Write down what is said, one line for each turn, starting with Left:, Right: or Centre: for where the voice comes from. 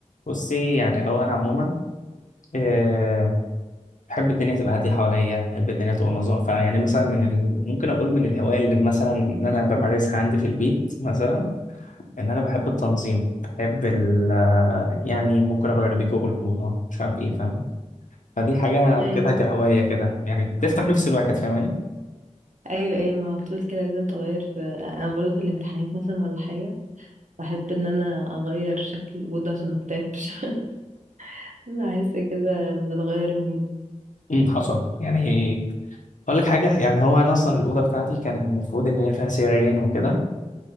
Left: بصي يعني هو انا عموما آه، بحب الدنيا تبقى هاديه حواليا بحب الدنيا تبقى منظمه فيعني مثلا من ال... ممكن اقول من الهوايه اللي مثلا ان انا بمارسها عندي في البيت مثلا ان انا بحب التنظيم بحب ال... آه، يعني ممكن اغير ديكور الاوضه مش عارف ايه فاهم فدي حاجه
Right: ايوه
Left: واخدها كهوايه كده يعني بتفتح نفس الواحد فاهماني
Right: ايوه ايوه ما على طول كده لازم تغير في انا برضه في الامتحانات مثلا ولا حاجه بحب ان انا اغير شكل الاوضه عشان ما اكتئبش <laughs> بحس كده بتغير المود
Left: امم حصل يعني اقول لك حاجه يعني هو انا اصلا الاوضه بتاعتي كان المفروض ان هي فيها سريرين وكده